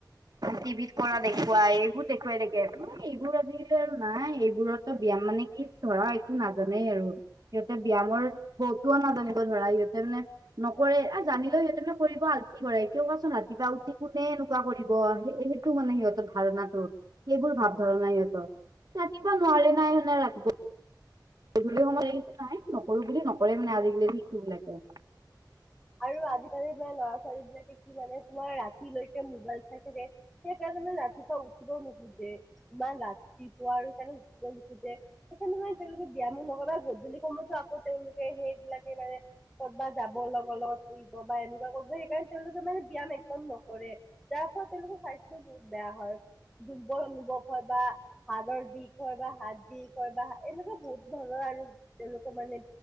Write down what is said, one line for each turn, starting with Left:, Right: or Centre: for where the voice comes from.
Right: টিভিত কৰা দেখুৱাই এইবোৰ দেখুৱাই থাকে আৰু এইবোৰ আজিকালি আৰু নাই এইবোৰতো ব্যাম মানে- ই ধৰা একো নাজানেই আৰু সিহঁতে ব্যায়ামৰ বৌতোও নাজানিব ধৰা সিহঁতে মানে- নকৰে আৰু জানিলে সিহঁতে কৰিব আলচি হয় কৰে কিয় কোৱাচোন ৰাতিপুৱা উচি কোনে এনেকুৱা কৰিব স- টো মানে সিহঁতৰ ধাৰণাটো সেইবোৰ
Centre: হয়
Right: ভাৱ ধাৰণা
Centre: হয়।
Right: সিহঁতৰ ৰাতিপুৱা নোৱাৰে নাই সে ৰাতি- গধূলি সময়ত এইটো নাই নকৰো বুলি নকৰে মানে আজিকালি ভিকবিলাকক
Centre: আৰু আজিকালি ম‌ই ল'ৰা ছোৱালী বিলাকে কি মানে তোমাৰ ৰাতিলৈকে মোবাইল চাই- থাকে, সেইকাৰণে মানে ৰাতিপুৱা উঠিব নোখোজে। ইমান ৰাতিপুৱা আৰু সেইকাৰণে উঠিব নোখোজে। সেইকাৰণে মানে তেওঁলোকে ব্যায়ামো নহবা গধূলি সময়তো আকৌ তেওঁলোকে সেইবিলাকে মানে- কপা যাব লগৰ লগত শুইব বা এনেকুৱা কৰিব সেইকাৰণে তেওঁলোকে মানে ব্যায়াম একদম নকৰে। যাৰ ফলত তেওঁলোকৰ স্বাস্থ্যও বহুত বেয়া হয়, দুৰ্বল অনুভৱ হয় বা হাৰ্ডৰ বিষ- হয় বা হাৰ্ডি কয় বা এনেকুৱা বহুত ধৰণৰ আৰু- তেওঁলোকৰ মানে